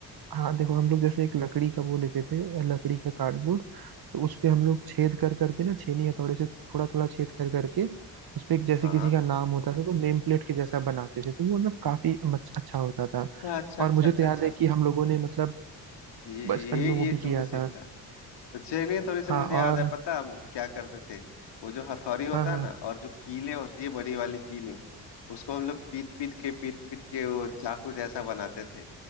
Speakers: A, on the right; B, on the left.
A: हाँ देखो हम लोग जैसे एक लकड़ी का वो लेते थे लकड़ी का कार्डबोर्ड तो उस पे हम लोग छेद कर करके ना छेनी हथौड़े से थोड़ा थोड़ा छेद कर करके उस पे एक जैसे
B: हाँ
A: किसी का नाम होता था तो नेम प्लेट के जैसा बनाते थे तो वो मतलब काफी मच- अच्छा होता था
B: अच्छा अच्छा
A: और
B: अच्छा
A: मुझे तो याद
B: अच्छा अच्छा
A: है कि हम लोगों ने मतलब
B: ये
A: बचपन
B: ये
A: में
B: ये
A: वो भी किया
B: तुमने सीखा
A: था
B: तो चलिए थोड़ी सी
A: हाँ
B: मुझे याद
A: और
B: है पता है हम क्या करते थे वो जो हथौड़ी होता
A: हाँ हाँ
B: है ना और जो कीले होती है बड़ी वाली कीले उसको हम लोग पीट पीट के पीट पीट के वो चाकू जैसा बनाते थे